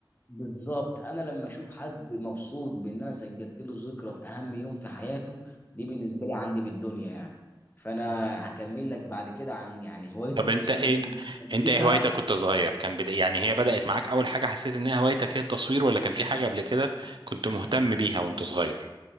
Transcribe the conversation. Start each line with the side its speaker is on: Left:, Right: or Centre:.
Left: بالظبط انا لما اشوف حد مبسوط بان انا سجلت له ذكرى في اهم يوم في حياته دي بالنسبه لي عندي بالدنيا يعني فانا
Right: مم.
Left: هكمل لك بعد كده عن يعني هوايه
Right: طب
Left: التصوير
Right: انت ايه
Left: دي بالذات
Right: انت ايه هوايتك كنت صغير كان بدا يعني هي بدأت معاك اول حاجة حسيت انها هوايتك هي التصوير ولا كان في حاجة قبل كده كنت مهتم بيها وانت صغير